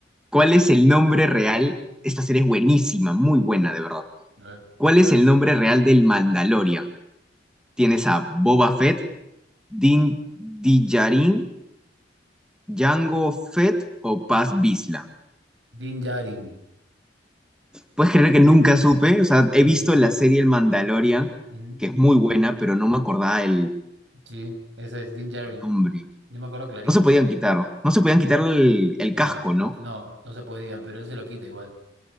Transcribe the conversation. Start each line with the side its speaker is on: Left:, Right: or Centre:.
Centre: ¿Cuál es el nombre real? Esta serie es buenísima, muy buena, de verdad.
Right: A ver.
Centre: ¿Cuál es el nombre real del Mandalorian? ¿Tienes a Boba Fett, Din Djarin, Jango Fett o Paz Vizsla?
Right: Din Djarin.
Centre: Puedes creer que nunca supe, o sea, he
Right: Sí.
Centre: visto la serie El Mandalorian,
Right: Mm,
Centre: que es muy buena, pero no me acordaba el
Right: sí, esa es Din Djarin.
Centre: nombre.
Right: Yo me acuerdo clarito.
Centre: No se podían quitar, no se podían quitar el, el
Right: La,
Centre: casco, ¿no?
Right: no, no se podían, pero él se lo quita igual.